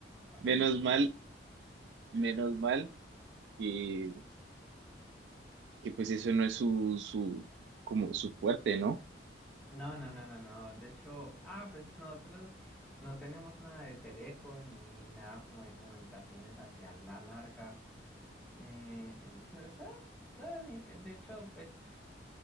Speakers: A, in the centre; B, on the right.
A: Horrible.
B: Menos mal, menos mal que, que pues eso no es su, su, como su fuerte, ¿no?
A: No, no, no, no, no. De hecho, ah, pues nosotros no tenemos nada de teleco ni nada como de comunicaciones hacia la larga. Eh, entonces, ah, dale. Eh, De hecho, pues